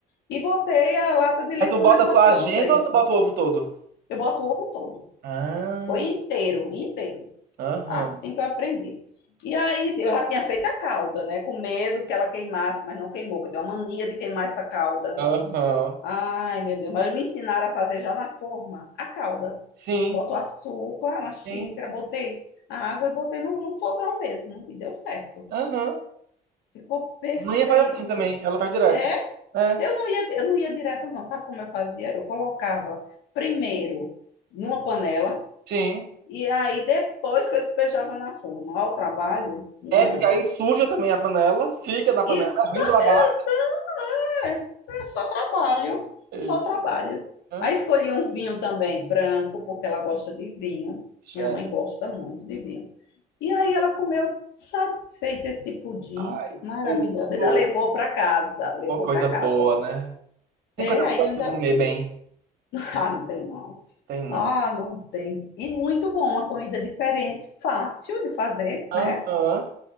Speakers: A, on the left; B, on the right.
A: E botei a lata de leite
B: Mas tu
A: condensado
B: bota só a
A: que eu
B: gema
A: dobrei.
B: ou tu bota o ovo todo?
A: Eu boto o ovo todo.
B: Ah,
A: Foi inteiro, inteiro.
B: aham,
A: Assim que eu aprendi. E aí eu já tinha feito a calda, né? Com medo que ela queimasse, mas não queimou, porque eu tenho uma mania de queimar essa calda.
B: aham.
A: Ai, meu Deus, mas me ensinaram a fazer já na forma a calda.
B: Sim,
A: Boto açúcar, uma xícara,
B: sim, sim.
A: botei a água e botei no, no fogão mesmo. E deu certo.
B: Aham.
A: Ficou perfeito.
B: Manhã faz assim também, ela faz direto.
A: É,
B: É,
A: eu não ia, eu não ia direto, não. Sabe como eu fazia? Eu colocava primeiro numa panela
B: sim.
A: E aí, depois que eu despejava na forma, ó, o trabalho, né?
B: É, porque aí suja também a panela, fica na panela,
A: E só,
B: é ruim
A: só-
B: de lavar.
A: é é só trabalho,
B: Isso.
A: só trabalho.
B: Hã?
A: Aí escolhi um vinho também, branco, porque ela gosta de vinho.
B: Chefe.
A: Minha mãe gosta muito de vinho. E aí ela comeu satisfeita esse pudim,
B: Ai,
A: maravilhosa. Ainda
B: tudo.
A: levou para casa, levou
B: Pô, coisa
A: para
B: boa,
A: casa.
B: né? Tem
A: É,
B: coisa
A: aí
B: boa
A: ainda.
B: pra comer
A: <laughs>
B: bem.
A: Ah, não tem não.
B: Tem nada.
A: Ah, não tem. E muito bom, uma comida diferente, fácil de fazer,
B: Aham.
A: né?